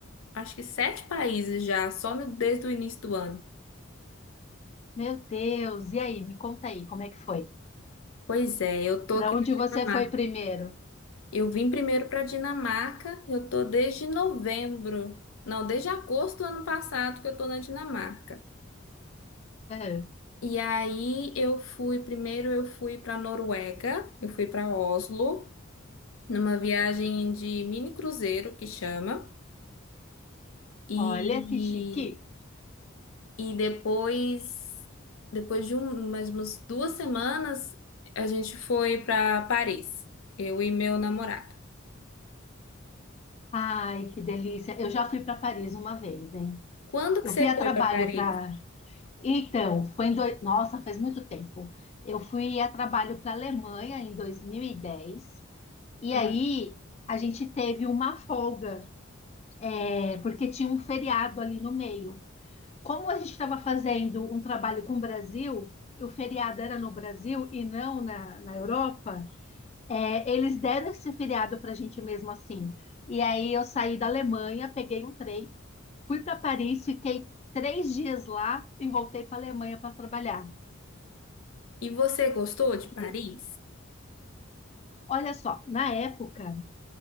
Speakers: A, on the left (about 80°); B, on the left (about 30°).
A: acho que sete países já, só no- desde o início do ano.
B: Meu Deus, e aí? Me conta aí, como é que foi?
A: Pois é, eu tô
B: Para
A: aqui
B: onde
A: na
B: você
A: Dinamarca.
B: foi primeiro?
A: Eu vim primeiro para Dinamarca, eu tô desde novembro. Não, desde agosto do ano passado que eu tô na Dinamarca.
B: Ah,
A: E aí eu fui, primeiro eu fui para Noruega, eu fui para Oslo, numa viagem de mini cruzeiro que chama. E,
B: olha que chique.
A: e depois, depois de um, mais umas duas semanas, a gente foi para Paris, eu e meu namorado.
B: Ai, que delícia. Eu já fui para Paris uma vez, hein?
A: Quando
B: Eu
A: que você
B: fui a
A: foi
B: trabalho
A: para Paris?
B: para. Então, foi em dois... Nossa, faz muito tempo. Eu fui a trabalho para a Alemanha em dois mil e dez E
A: Ah,
B: aí, a gente teve uma folga. É, porque tinha um feriado ali no meio. Como a gente estava fazendo um trabalho com o Brasil, o feriado era no Brasil e não na, na Europa, é, eles deram esse feriado para a gente mesmo assim. E aí eu saí da Alemanha, peguei um trem, fui para Paris, fiquei três dias lá e voltei para a Alemanha para trabalhar.
A: e você gostou de Paris?
B: Mas, olha só, na época,